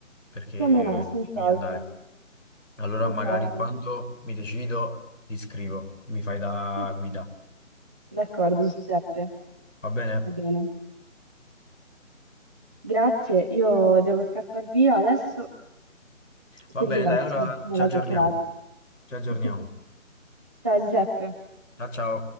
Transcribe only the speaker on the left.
perché
ci voglio andare. Allora,
magari quando mi decido ti scrivo, mi fai da
guida.
Va bene?
Va
bene, dai, allora
ci aggiorniamo.
Ci aggiorniamo.
Ciao ciao.